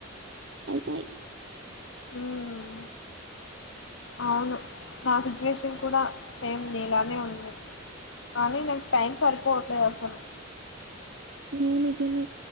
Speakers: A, on the right; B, on the left.
A: పై పై
B: మ్మ్ అవును నా సిచ్యువేషన్ కూడా సేమ్ నీలానే ఉంది కానీ నాకు టైం సరిపోవట్లేదు అసలు.
A: ను నిజమే